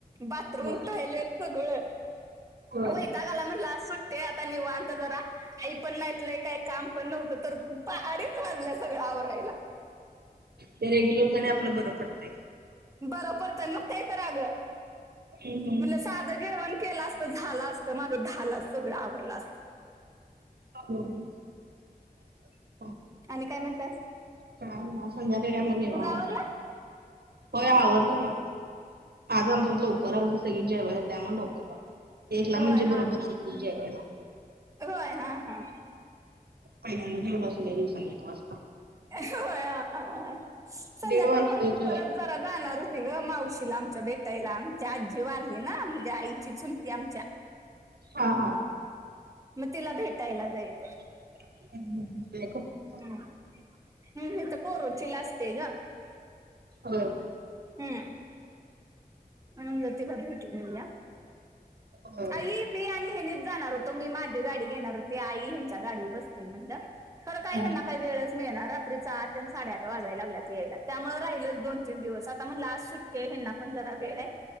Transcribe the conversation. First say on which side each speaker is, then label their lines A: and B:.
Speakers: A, on the right; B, on the right.
A: बाथरूम
B: होय
A: टॉयलेट सगळ
B: होय
A: वैताग आला म्हणलं आज सुट्टी आता निवांत जरा आई पण नाहीतलंय काही काम पण नव्हतं तर आडीच वाजल सगळं आवरायला
B: ते रेग्युलर जाणे आपलं बरं पडतय
A: बर करतय मग काही तर अग
B: हम्म
A: म्हलं स झ जेवण केलं असत झालं असत माझ लाच सगळं आवडलं असत
B: होम <unintelligible>
A: आणि काय म्हणत्यास
B: काय ह संध्याकाळी आम्ही मग निवांत
A: आवरला
B: होय आवरलं मग आज आमच्या <unintelligible> लवकर आत सगळी जेवायला त्यामुळ लवकर तेला
A: होय
B: म्हणजे
A: हा
B: बरोबर
A: हा.
B: आहे जेवायला
A: होय हा हा
B: पहिल्या एवढं अस ल सांग वाजं
A: होय संध्याकाळी
B: दीड वाजतय
A: पण
B: जेवायला.
A: परत जरा जाणार ऋती ग मावशील आमच्या भेटायला आमची आजी वारली ना म्हणजे आईची चुलती आमच्या
B: हा हा
A: मग तिला भेटायला जाईच
B: हम् ब
A: हम् हम् त कोोरोचीि लास्तयग
B: हम
A: हम्म मम जोतेलाध भटलल्या
B: होय.
A: आई मी आणि हनीच जाणार होतो मी माझी गाडी घेणार होते आई हच्या गाडी बसतील म्हणलं खरं काय
B: हा
A: त्यांना काही वेळ ळणार रात्रीचा आठ साडे आठ वाजाला लागल्यात यायला त्यामुळे राहिलंच दोन तीन दिवस आता मग लास्ट सुट्ट ते हना पण जरा वेळ आहे